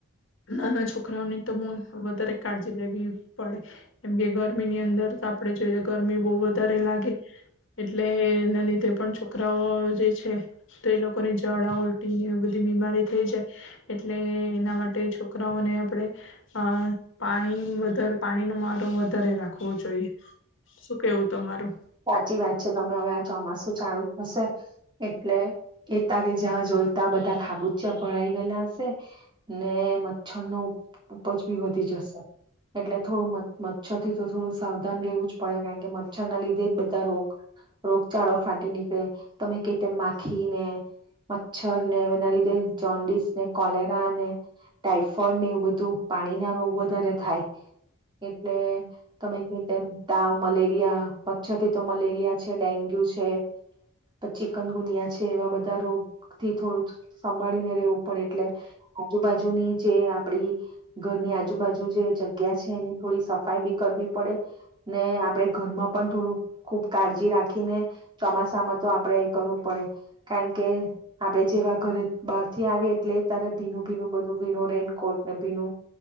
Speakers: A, on the left; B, on the right.
A: નાના છોકરાઓની તો વધારે કાળજી લેવી પડે, કેમ કે ગરમીની અંદર આપણે જોઈ તો ગરમી બહ વધારે લાગે, એટલે એના લીધે પણ છોકરાઓ જે છે, તો એ લોકોને જડા ઉલટી ને એવી બધી બીમારી થઈ જાય, એટલે એના માટે છોકરાઓને આપણે, અ પાણી વધારે પાણીનો મારો વધારે રાખવો જોઈએ, શું કેવું તમારું?
B: સાચી વાત છે ગમે હવે વા ચોમાસું ચાલુ થશે, એ એટલે, એ તારે જ્યાં જોઈ ત્યાં બધા ખાબુચિયા ભરાઈ ગયેલા હશે, ને મચ્છર નો ઉપજ બી વધી જશે, એટલે થોડું મ મ મચ્છર તો થોડું સાવધાન રહેવું જ પડે. કારણ કે મચ્છરના લી બધા રોગ રોગચાળો ફાટી નીકળે. તમે ક માખી ને મચ્છર ને બના રીધ જોન્ડીસ ને, કોલેરા ને, ટાઈફોઇડ ને એવું બધું પાણી ના રોગ વધારે થાય. એટલે તમે કેય તેમ તાવ, મલેરિયા મચ્છર થી તો મલેરિયા છે, ડેન્ગ્યુ છે, પછ ચિકનગુનિયા છે. એવા બધા રોગ થી થોડું સંભાળીને રહેવું. પણ એટલે આજુબાજુની જે આપડી ઘરની આજુબાજુ જે જગ્યા છે એની થોડી સફાઈ બી કરવી પડે ને આપડે ઘરમાં પણ થોડું ખૂબ કાળજી રાખીને ચોમાસામાં તો આપણે એ કરવું પડે કારણ કે આપડે જેવા ઘરે બહાર થી આવીએ એટલે ત્યારે ભીનું ભીનું બધું ભીનું રેનકોટ ને ભીનું